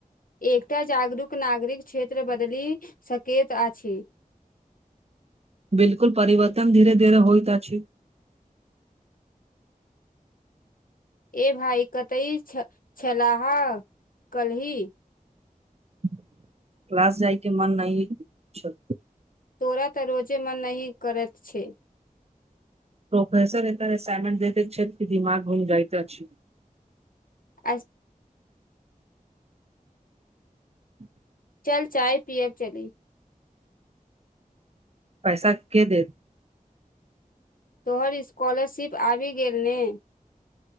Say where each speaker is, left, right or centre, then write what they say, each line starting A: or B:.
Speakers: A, on the left (about 70°); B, on the right (about 45°).
A: एकटा जागरूक नागरिक क्षेत्र बदलि सकैत अछि।
B: बिलकुल परिवर्तन धीे धीरे होइतत अछि।
A: ए भाइ कतहि छलाह कलहि।
B: क्लास जाइके मन नहि छ
A: तोरा तऽ रोजे मन न ही करै छै।
B: प्रोफेसर इतर असाइनमंट देते छ्षेद की दिमाग भढूज जाइ ते अच्छी।
A: ब।
B: ह।
A: चल चाय पियब चली।
B: पैसा के देत।
A: तोहर स्कॉलरशिप आबि गेल नहि।